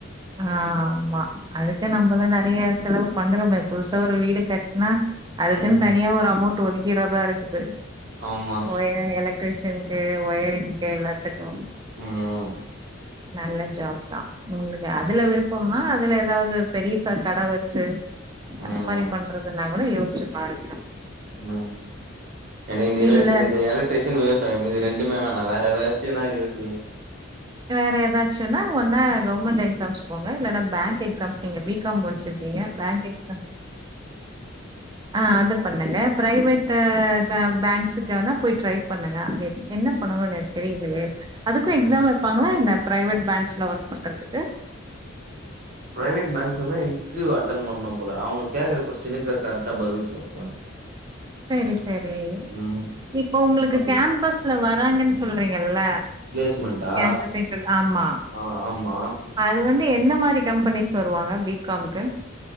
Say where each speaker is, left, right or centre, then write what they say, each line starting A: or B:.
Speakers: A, on the right (about 20°); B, on the right (about 45°).
A: ஆமா அடுத்து நம்ப தானே ஃப்ரீயா செலவு பண்றோமே புதுசா ஒரு வீடு கட்னா அதுக்குன்
B: ம்
A: தனியா ஒரு அமௌண் ட்டு ஒதுக்கிறதா இருக்குது
B: ஆமா
A: ஒயர் எலக்ட்ரீஷியன் க்கு ஒயரிங்க்கு எல்லாத்துக்கு
B: ம்
A: நல்ல ஜாப் தா உங்ளுக்கு
B: ம்
A: அதுல விருப்பம்னா அதுல எதாவது பெரியிசா கட வச்சு
B: ம்
A: அது மாரி பண்றதுன்னா கூட யோச்சு பாருங்க
B: ம் எனக்கு இந்த எல
A: இல்ல
B: இந்த எலக் ட்ரீஷன் விவசாயம் இது ரெண்டுமே வேணா வேற எதாச்சுனா யோசி
A: வேற எதாச்சுனா ஒன்னா கவர்மெண்ட் எக்ஸாம்ஸ் போங்க இல்லன்னா பேங்க் எக்ஸாம்ஸ் நீங்க பீ காம் முடிச்சிருப்பீங்க பேங்க் எக்ஸாம் ஆ அது பண்ணுங்க பிரைவெட்டு க பேங்க்ஸுக்கான போய் ட்ரை பண்ணுங்க அது என்ன பண்ணனு எனக்கு தெரிலயே அதுக்கு
B: ம்
A: எக்ஸாம் ப்பாங்ளா என்ன பிரைவெட் பேங்க்ஸ்ல ஒர்க் பண்றதுக்கு
B: பிரைவேட் பேங்க்லல்லா இன்டர்வியூ அட்டன் பண்ணு போல அவுங்க கேக்குற கொஸ்டினுக்கு கரெக்டா பதில் சொல்ணு
A: சேரி சேரி
B: ம்
A: இப்போ உங்ளுக்கு
B: அப்டி
A: கேம்பஸ்ல வராங்கன் சொல்றீங்கல்ல
B: பிளேஸ்மெண்டா
A: கேம்பஸ் இன்டர்வியூ ஆமா
B: ஆ ஆமா
A: அது வந்து எந்த மாரி கம்பெனிஸ் வருவாங்க பி காம்க்கு